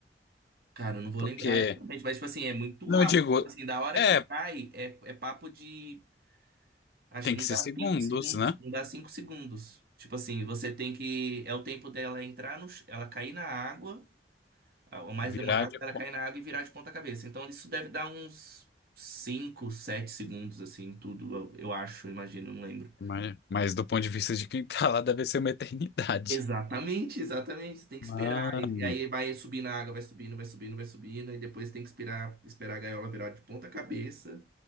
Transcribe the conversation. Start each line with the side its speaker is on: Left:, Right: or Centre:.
Right: Cara, eu não vou
Left: Porque.
Right: lembrar exatamente, mas tipo assim, é muito
Left: Não,
Right: rápido.
Left: eu digo.
Right: Assim, da hora
Left: É,
Right: que cai, é, é papo de. Acho
Left: tem
Right: que não
Left: que
Right: dá
Left: ser segundos,
Right: cinco segundos.
Left: né?
Right: Não dá cinco segundos. Tipo assim, você tem que. É o tempo dela entrar no. ch- Ela cair na água Ah, O mais
Left: Virar
Right: demorado
Left: de
Right: é ela cair na água e virar de ponta cabeça. Então isso deve dar uns 5 7 segundos, assim, tudo, eu eu acho, imagino, não lembro.
Left: Mas, mas do ponto de vista de quem tá lá, deve ser uma eternidade.
Right: Exatamente, exatamente. Você tem que esperar.
Left: Mano.
Right: E e aí vai subir na água, vai subindo, vai subindo, vai subindo. E depois tem que esperar, esperar a gaiola virar de ponta cabeça.